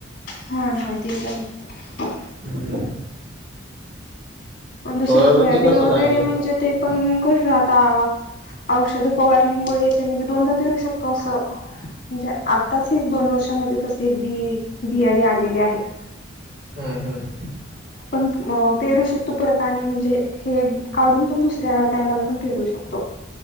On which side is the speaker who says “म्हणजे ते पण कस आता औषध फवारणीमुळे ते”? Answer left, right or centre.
Left